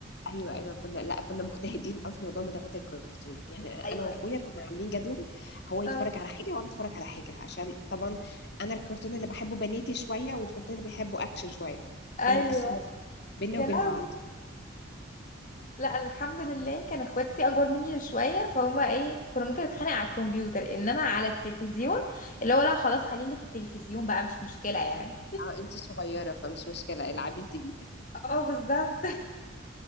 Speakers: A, on the left; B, on the left.
A: ايوه ايوه كنا لا كنا مجتهدين قوي في موضوع متابعه الكرتون يعني انا
B: ايوه
A: واخويا كنا عاملين جدول هو يتفرج
B: اه
A: على حاجه وانا اتفرج على حاجه عشان طبعا انا الكرتون اللي بحبه بناتي شويه والكرتون اللي بيحبه اكشن شويه فكنا
B: ايوه
A: مقسمين بينا
B: يا
A: وبين
B: لهوي
A: بعض
B: لا انا الحمد لله كان اخواتي اكبر مني شويه فهم ايه كنا ممكن نتخانق على الكمبيوتر انما على التلفزيون اللي هو لا خلاص خليلك التلفزيون بقى مش مشكله يعني
A: اه انت صغيره فمش مشكله العبي انت بيه
B: اه بالظبط <laughs>